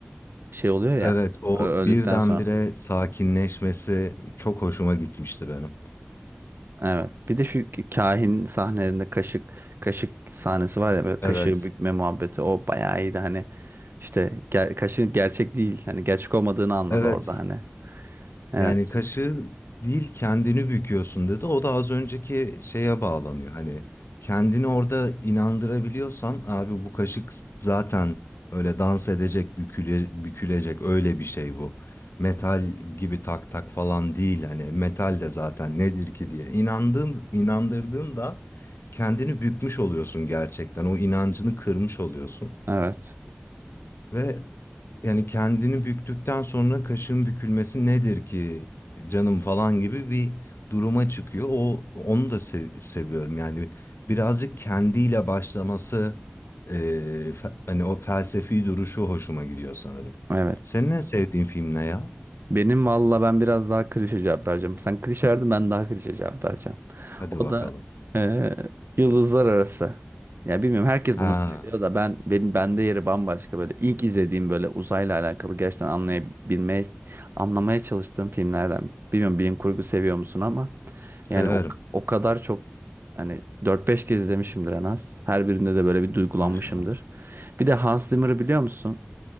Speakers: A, on the right; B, on the left.
A: şey oluyor ya
B: Evet o
A: ö- öldükten
B: birdenbire
A: sonra.
B: sakinleşmesi çok hoşuma gitmişti benim.
A: Evet. Bir de şu kahin sahnelerinde kaşık kaşık sahnesi var ya böyle kaşığı
B: Evet.
A: bükme muhabbeti o bayağı iyiydi hani işte ger kaşığın gerçek değil hani gerçek olmadığını anladı
B: Evet
A: orada hani. Evet.
B: Yani kaşı değil kendini büküyorsun dedi. O da az önceki şeye bağlanıyor. Hani kendini orada inandırabiliyorsan abi bu kaşık zaten öyle dans edecek, büküle, bükülecek öyle bir şey bu. Metal gibi tak tak falan değil. Hani metal de zaten nedir ki diye inandığın, inandırdığında kendini bükmüş oluyorsun gerçekten. O inancını kırmış oluyorsun.
A: Evet.
B: Ve yani kendini büktükten sonra kaşın bükülmesi nedir ki canım falan gibi bir duruma çıkıyor. O onu da sev- seviyorum. Yani birazcık kendiyle başlaması e, fe- hani o felsefi duruşu hoşuma gidiyor sanırım.
A: Evet.
B: Senin en sevdiğin film ne ya?
A: Benim valla ben biraz daha klişe cevap vereceğim. Sen klişe verdin ben daha klişe cevap vereceğim.
B: Hadi
A: O
B: bakalım.
A: da eee, yıldızlar arası. Ya bilmiyorum herkes
B: Ha,
A: bunu söylüyor da ben benim bende yeri bambaşka böyle ilk izlediğim böyle uzayla alakalı gerçekten anlayabilmeye anlamaya çalıştığım filmlerden. Bilmiyorum bilim kurgu seviyor musun ama yani
B: severim.
A: o, o kadar çok hani dört beş kez izlemişimdir en az. Her birinde de böyle bir duygulanmışımdır.
B: Maşallah.
A: Bir de Hans Zimmer'ı biliyor musun?